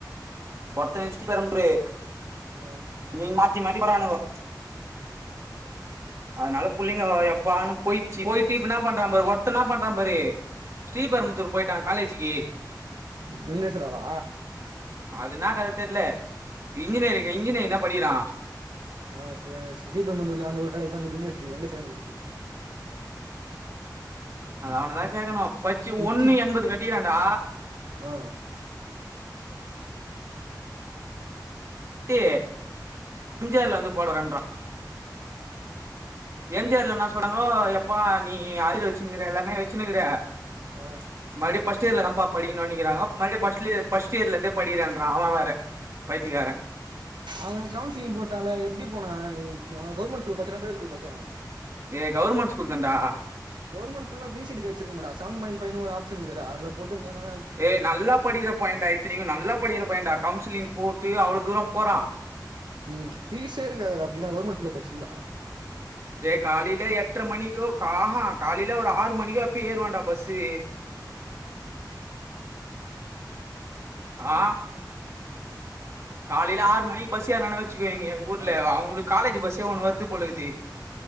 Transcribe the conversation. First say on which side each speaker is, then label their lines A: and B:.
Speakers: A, on the right; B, on the right.
A: ஆ
B: ஒர்த்தெ <unintelligible>
A: ஆ
B: நீங் மாத்தி மாத்தி போர்ரானுங்கோ
A: ஆ
B: அதனால புள்ளீங்கே எப்பான்னூ போயிட்ச்சு போயிட்டு இப்ப ‌என்னா பண்றா பாரு ஒருத்தெ என்னா பண்றா பாரு ஸ்ரீபெரும்புத்தூர்
A: ம்
B: போயிட்டா காலேஜக்கு
A: வெங்கடேஸ்வராவா
B: அது ன்னா காலேஜ்ன்னு தெர்ல இன்ஜினியரிங இன்ஜினியரிங் தா படிக்கிறா
A: ஆ செ ஸ்ரீபெம்மந்தூர்ல அந்த ஒரு காலேஜ் தா கீது யுனிவர்சிட்டி வெங்டேஸ்வரா யுனிவர்சிட்டி
B: அது அவனதா கேக்கணூ பட்ச்சு
A: சுத்தி
B: ஒண்ணூ எண்பது கட்டிகிறானாடா
A: ஆ
B: ஸ்ரீ தும் ஜீ ஆர்ல வந்து போடறேன்றா எம் ஜி ஆர்லா என்னா சொன்னாங்கோ எப்பா நீ ஆரியரூ வச்சுன்கீற எல்லாமே வச்சுன்னு கீற
A: ஆ
B: மறுபடியூ ஃப்ஸ்ட் இயர்ல இருந்தா படிக்கனூ இன்னிகிறாங்க மறுபடியூ ஃபர்ஸட் இயர்ல இருந்து படிக்கிறோன்றா ஆவெ வேற பைத்திகாரன்
A: அவங்க கவுன்சிலிங் போட்டால எப்படி போனா அது கவர்மெண்ட் ஸ்கூல்ல படிச்சானா பிரவேட் ஸ்கூல் பட்ச்சான
B: ஏ கவர்மெண்ட் ஸ்கூல் தாண்டா
A: கவர்மெண்ட் ஸகூல்னா ஃப்ரீ சீட் கிடைச்சிருக்குமேடா செவன் பாயின்ட் ஃபைவ் ஒரு ஆப்ஷன் கீதுறா அதுல போட்றுந்தானா
B: ஏய் நல்லா படிக்கிற பைய்ண்டா இத்தினூக்கூ நல்லா படிக்கிற பையிண்டா கவுன்சிலிங் போட்டு அவ்ளோ தூரம் போறா
A: ம் ஃபீஸே இருக்காதுடா அப்படின்னா கவர்மண்ட் ஸ்கூல்ல படிச்சிருந்தா
B: டே காலிய்லே எட்ர மணிக்கோ கா ஹாங் காலையில ஒரு ஆறு மணிக்கோ எப்போய ஏறுவாண்டா பஸ்ஸு ஆ
A: சொத்தில்லியா
B: காலையில ஆறு மணி பஸ் ஏர்னானூ வச்சுக்குவயே எங்க ஊர்ல
A: ஆ
B: அவூங்ளுக்கு காலேஜ் பஸ்ஸே ஒண்ணு வர்து போலகிது